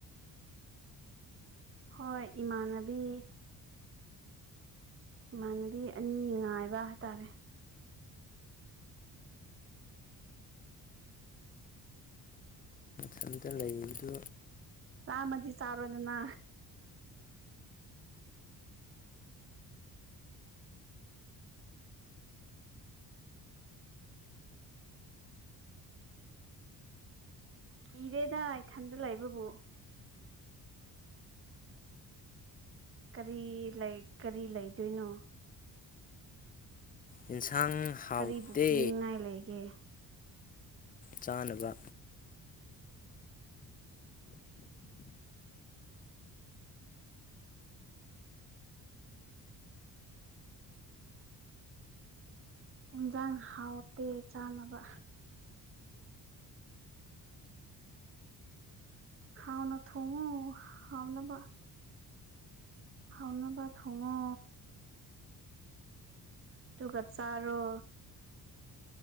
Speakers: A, on the right; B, on the left.
A: ꯍꯣꯏ ꯏꯃꯥꯟꯅꯕꯤ ꯏꯃꯥꯟꯅꯕꯤ ꯑꯅꯤ ꯉꯥꯏꯕ ꯍꯥꯏꯇꯥꯔꯦ
B: ꯁꯝꯇ ꯂꯩꯗꯨ
A: ꯔꯃꯖꯤ ꯆꯔ ꯋꯥꯅꯦꯅꯥ ꯏꯔꯦꯗꯥ ꯊꯟꯗꯂꯥꯏꯕꯕꯨ ꯀꯔꯤ ꯂꯩ ꯀꯔꯤ ꯂꯩꯗꯣꯏꯅꯣ
B: ꯌꯦꯟꯁꯥꯡ ꯍꯥꯎꯇꯦ
A: ꯀꯔꯤꯕꯨ ꯀꯤꯅꯤꯡꯉꯥꯏ ꯂꯩꯒꯦ
B: ꯆꯥꯅꯕ
A: ꯏꯟꯖꯥꯡ ꯍꯥꯎꯇꯦ ꯆꯥꯅꯕ ꯍꯥꯎꯅ ꯊꯣꯡꯉ ꯍꯥꯎꯅꯕ ꯍꯥꯎꯅꯥꯕꯠ ꯍꯉꯣ ꯇꯨꯡ ꯀꯠ ꯆꯔꯣ